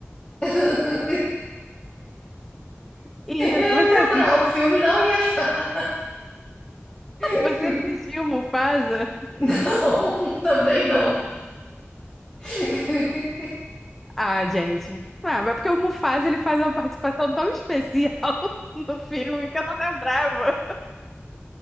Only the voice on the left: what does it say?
<laughs>
Eu ia
procurar
o filme, não ia achar. <laughs>
Não, também não. <laughs>